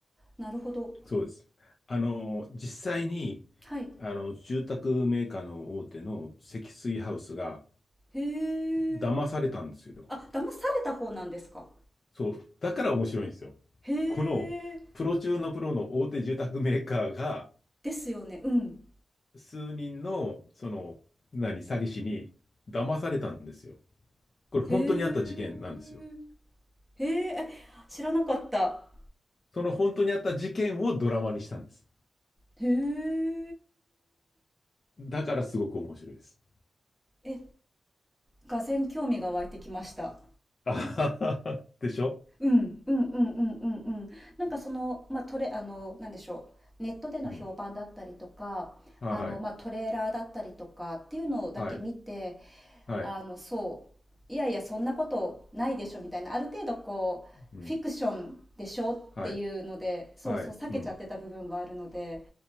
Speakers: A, in the centre; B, on the left.
A: なるほど。
B: そうです。あの、実際に、
A: はい。
B: あの、住宅メーカーの大手の積水ハウスが
A: へえ。
B: 騙されたんですよ。
A: あ、騙された方なんですか。
B: そう、だから面白いんですよ。
A: へえ。
B: このプロ中のプロの大手住宅メーカーが
A: ですよね。うん。
B: 数人のその何詐欺師に騙されたんですよ。これ本当にあった事件なんですよ。
A: へえ。へえ。え知らなかった。
B: その本当にあった事件をドラマにしたんです。
A: へえ。
B: だからすごく面白いです。
A: え、がぜん興味が湧いてきました。
B: <laughs> あはははでしょ
A: うん、うんうんうんうんうん。なんかその、まあ、トレ、あの、なんでしょう。ネットでの評判だったりとか、
B: うん。はい。
A: あの、まあ、トレーラーだったりとかっていうのだけ見て、
B: はい。はい。
A: あの、そう、いやいや、そんなことないでしょみたいな、ある程度こう、
B: うん。
A: フィクションでしょっていうので、
B: はい。
A: そうそう、
B: はい。
A: 避けちゃってた部分があるので、
B: うん。